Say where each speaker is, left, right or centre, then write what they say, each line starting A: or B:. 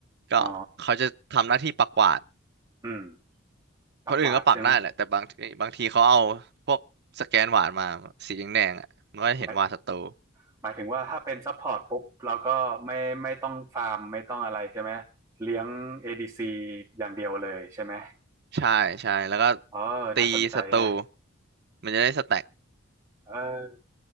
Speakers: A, on the right (about 55°); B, on the right (about 15°).
A: ก็เขาจะทำหน้าที่ปักหวาด
B: อ๋ออืมปากหวาดใช่ไหม
A: คนอื่นก็ปักได้แหละแต่บางทีบางทีเขาเอาพวกสแกนหวาดมาสีแดงๆอ่ะมันก็จะเห็นหวาดศัตรู
B: หมาย หมายถึงว่าถ้าเป็นซัพพอร์ตปุ๊บเราก็ไม่ไม่ต้องฟาร์มไม่ต้องอะไรใช่ไหมเลี้ยง ADC อดีซีอย่างเดียวเลยใช่ไหม
A: ใช่ใช่แล้วก็
B: อ๋อน่าสนใจแฮะ
A: ตีศัตรูมันจะได้สแต็ก
B: เออ